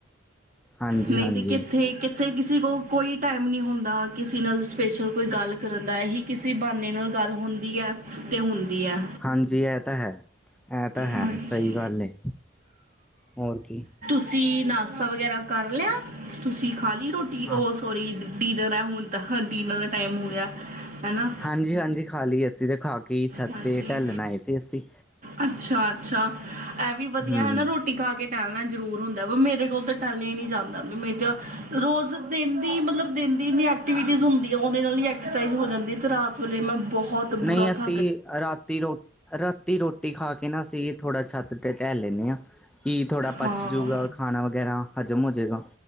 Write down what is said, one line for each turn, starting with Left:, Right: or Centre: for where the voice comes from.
Centre: ਹਾਂਜੀ
Right: ਨਹੀ
Centre: ਹਾਂਜੀ
Right: ਤੇ ਕਿੱਥੇ ਕਿ ਥੇ ਕਿਸੇ ਕੋਲ ਕੋਈ ਟੈਮ ਨੀ ਹੁੰਦਾ ਕਿਸੀ ਨਾਲ ਸਪੈਸ਼ਲ ਕੋਈ ਗੱਲ ਕਰਨ ਦਾ ਐਹੀ ਕਿਸੀ ਬ੍ਹਾਨੇ ਨਾਲ ਗੱਲ ਹੁੰਦੀ ਐ, ਤੇ ਹੁੰਦੀ ਐ।
Centre: ਹਾਂਜੀ, ਐ ਤਾ ਹੈ, ਐ ਤਾ ਹੈ
Right: ਹਾਂਜੀ
Centre: ਸਈ ਗਾੱਲ ਏ, ਹੋਰ ਕੀ।
Right: ਤੂਸੀ ਨਾਸਤਾ ਵਗੈਰਾ ਕਾਰ ਲੇਆ, ਤੂਸੀ ਖਾਲੀ ਰੋਟੀ
Centre: ਹਾਂ
Right: ਓਸ ਸੋਰੀ ਡਿਨਰ ਹੈ ਹੁਨ ਤਾਂ, ਡਿਨਰ ਦਾ ਟਾਈਮ ਹੋ ਗੇਆ, ਹੈਨਾ?
Centre: ਹਾਂਜੀ, ਹਾਂਜੀ ਖਾਲੀ ਅੱਸੀ ਤੇ ਖਾ ਕੇ ਈ ਛਾੱਤ
Right: ਹਾਂਜੀ
Centre: ਤੇ ਟੈਲੱਨ ਆਏ ਸੀ ਅਸੀ।
Right: ਅੱਛਾ, ਅੱਛਾ ਐ ਵੀ ਵਦੀਆ
Centre: ਹੂੰ
Right: ਹੈਨਾ ਨਾ ਰੋਟ ਟੀ ਖਾ ਕੇ ਟੈਹਲਨਾ ਜਰੂਰ ਹੁੰਦੈ, ਵ ਮੇਰੇ ਕੋਲ ਤੇ ਟੈਹਲੇਆ ਈ ਨੀ ਜਾਂਦਾ, ਵੀ ਮੇ ਤਾ ਰੋਜ਼ ਦਿਨ ਦੀ ਮਤਲਬ ਦਿਨ ਦੀ ਇੰਨੀ ਐਕਟੀਵਿਟੀਜ਼ ਹੁੰਦੀ ਐ, ਓਂਦੇ ਨਾਲ ਈ ਐਕਸੈਸਾਈਜ਼ ਹੋ ਜਾਂਦੀ, ਤੇ ਰਾਤ ਵੇਲੇ ਮੈਂ ਬੋਹਤ ਤੇ
Centre: ਨਹੀਂ
Right: ਬੁਰਾ
Centre: ਅਸੀਂ
Right: ਥ
Centre: ਰਾਤੀ ਰੋ, ਰਾਤੀ ਰੋਟੀ ਖਾ ਕੇ ਨਾ ਅਸੀ ਵੀ ਥੋੜਾ ਛਾੱਤ ਤੇ ਟ੍ਹੈਲ ਲੈਂਨੇ ਆਂ। ਕਿ ਥੋੜਾ ਪਚ
Right: ਹਾਂ
Centre: ਜੂਗਾ ਖਾਨਾ ਵਗੈਰਾ ਹਜ਼ਮ ਹੋ ਜੇਗਾ,